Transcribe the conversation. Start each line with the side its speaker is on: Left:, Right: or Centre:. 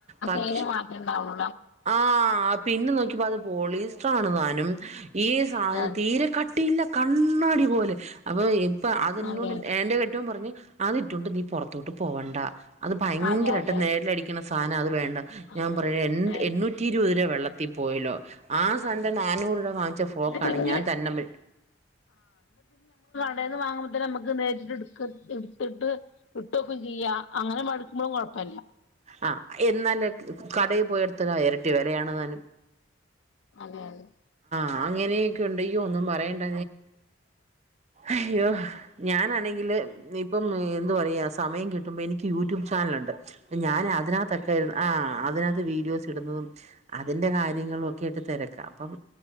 Right: പക്ഷ
Left: അയിൻ മാത്രം ഉണ്ടാവോ
Right: ആഹ് പിന്നെ നോക്കിയപ്പോ അത് പോളീസ്റ്റർ ആണ് താനും ഈ സാധനം
Left: അതെ അതെ
Right: തീരെ കട്ടിയില്ല കണ്ണാടി പോലെ അപ്പൊ അപ്പ അതോണ്ട്
Left: അതെ
Right: എന്റെ കെട്ടിയോൻ പറഞ്ഞ് അത്ട്ടുകൊണ്ട് നീ പുറത്തോട്ട് പോവണ്ട അത് ഭയങ്കരമായിട്ട്
Left: അതെ അതെ
Right: നേരില അടിക്കണ സാധനം അത് വേണ്ട
Left: ആഹ്
Right: ഞാൻ പറയ
Left: അതെ
Right: എണ്ണൂറ്റി ഇരുപത് വെള്ളത്തി ത്തി പോയിലോ ആ സാറിന്റെ
Left: അതെ
Right: നാനൂറു രൂപ വാങ്ങിച്ച ഫോക്ക
Left: ന്നാ പിന്നെ
Right: ആണ് ഞാൻ തന്ന <unintelligible>
Left: അവിന്ന് വാങ്ങുമ്പേതന്നെ നമ നേരിട്ട് എടുത്തിട്ട് ഇട്ട്ക്ക ചെയ്യാം അങ്ങനെ മടുക്കുമ്പോഴും വല്ല
Right: ആ എന്നാലേ കടയിൽ പോയെടുത്തല്ല ഇരട്ടി വിലയാണ് താനും
Left: അതെയ അതെ
Right: ആ അങ്ങനെയൊക്കെ ഉണ്ട്യ്യോ ഒന്നും പറയണ്ട അയ്യോ ഞാനാണെങ്കില് ഇപ്പം എന്താ പറയാ സമയം കിട്ടുമ്പോ എനിക്ക് യൂട്യൂബ് ചാനലുണ്ട് ഞാന് അതിനകത്തൊക്കെ ആ അതിനകത്ത് വീഡിയോസ് ഇടുന്നതും അതിൻ്റെ കാര്യങ്ങളുംക് കേട്ട് തിരക്കാം അപ്പം